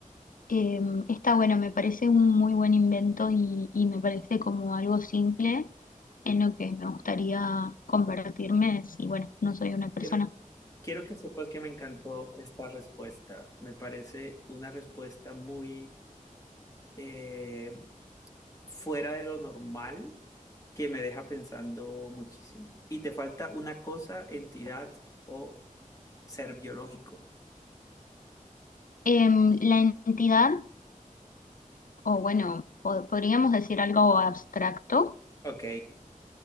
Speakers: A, on the left (about 75°); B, on the left (about 25°).
A: Eh, está bueno, me parece un muy buen invento y, y me parece como algo simple en lo que me gustaría convertirme si, bueno, no soy una persona.
B: Quiero, quiero que sepas que me encantó esta respuesta. Me parece una respuesta muy eh, fuera de lo normal que me deja pensando muchísimo. Y te falta una cosa, entidad o ser biológico.
A: Em, la entidad, o bueno, po- podríamos decir algo abstracto
B: Ok,